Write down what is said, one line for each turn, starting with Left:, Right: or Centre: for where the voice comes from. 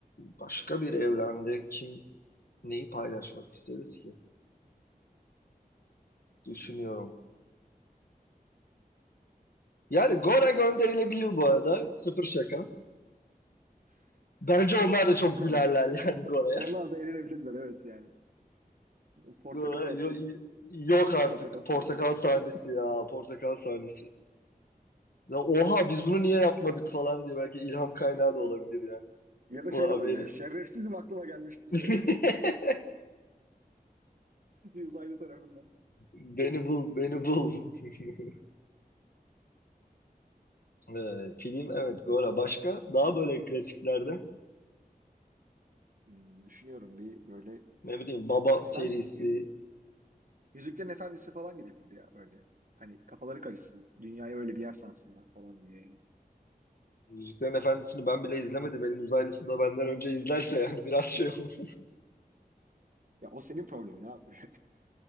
Left: başka bir evrende kim neyi paylaşmak isteriz ki? Düşünüyorum.
Right: Hmm.
Left: Yani Gora gönderilebilir bu arada. Sıfır şaka.
Right: <laughs>
Left: Bence
Right: Evet.
Left: onlar da çok
Right: Olabilir.
Left: gülerler yani Gora'ya.
Right: Onlar da eğlenebilirler evet yani. O Portakalı
Left: Gora
Right: atıyorsun.
Left: yok artık.
Right: Portakal suyu
Left: Portakal
Right: çıkıyor.
Left: sahnesi
Right: <laughs>
Left: ya. Portakal sahnesi. Ya oha biz bunu niye yapmadık falan diye belki ilham kaynağı
Right: Evet
Left: da
Right: evet.
Left: olabilir yani.
Right: Ya da
Left: Oha
Right: şey de olabilir.
Left: beni.
Right: Yani, Şerefsizim aklıma gelmişti
Left: <laughs>
Right: diye. <laughs> Bir uzaylı tarafından.
Left: beni bul, beni bul. <laughs> Ee, film evet Gora. Başka daha böyle klasiklerde
Right: Hmm, düşünüyorum bir böyle.
Left: ne bileyim Baba serisi,
Right: Bence Yüz- Yüzüklerin Efendisi falan gidebilir ya böyle. Hani kafaları karışsın. Dünyayı öyle bir yer sansınlar falan diye yani.
Left: Yüzüklerin Efendisi'ni ben bile izlemedim. Elin uzaylısı da benden önce izlerse yani <laughs> biraz şey olur.
Right: Ya o senin problemin abi.